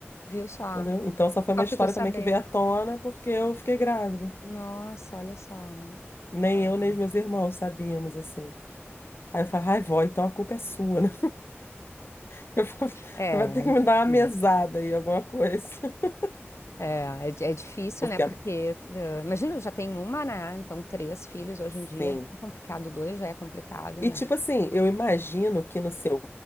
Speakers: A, on the left (about 80°); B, on the left (about 55°).
A: viu só?
B: entendeu? Então só foi uma
A: Só
B: história
A: ficou sabendo.
B: também que veio à tona porque eu fiquei grávida.
A: Nossa, olha só.
B: Nem
A: Ah,
B: eu, nem os meus irmãos sabíamos, assim. Aí eu falei, ai, vó, então a culpa é sua, né? <laughs> Eu falava,
A: É,
B: você vai ter que
A: é
B: me
A: difícil.
B: dar uma mesada aí, alguma coisa. <laughs>
A: É, é, di- é difícil,
B: Porque,
A: né? Porque, eh, imagina, eu já tenho uma, né? Então, três filhos hoje
B: sim.
A: em dia é bem complicado, dois já é complicado,
B: E
A: né?
B: tipo assim, eu imagino que no seu